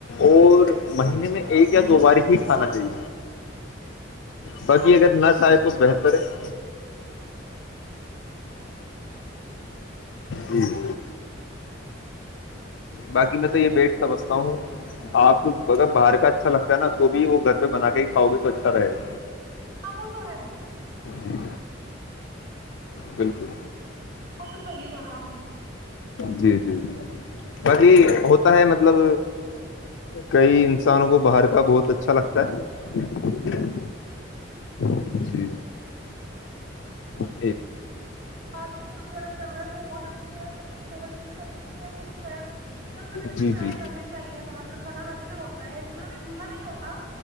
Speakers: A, on the left (about 75°); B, on the right (about 55°).
A: اور مہینے میں ایک یا دو بار ہی کھانا چاہیے باقی اگر نہ چاہے تو بہتر ہے جی باقی میں تو یہ بیٹ سمجھتا ہوں آپ اگر باہر کا اچھا لگتا ہے نا تو بھی وہ گھر پہ بنا کے ہی کھاؤ گے تو اچھا رہے گا
B: ہاں وہ تو ہے
A: جی بالکل
B: وہ تو صحیح کہا آپ نے
A: جی جی جی باقی ہوتا ہے مطلب کئی انسانوں کو باہر کا بہت اچھا لگتا ہے جی م
B: اس وغیرہ چل رہے ہیں وہ بہت اچھے ہیں مطلب ٹیسٹ بھی اچھے ہے ٹھیک ہے پر کبھی کبھی
A: جی جی
B: ٹرائی کرنی چاہیے وہاں کا کھانا اچھا ہوتا ہے اتنا بھی برا نہیں ہوتا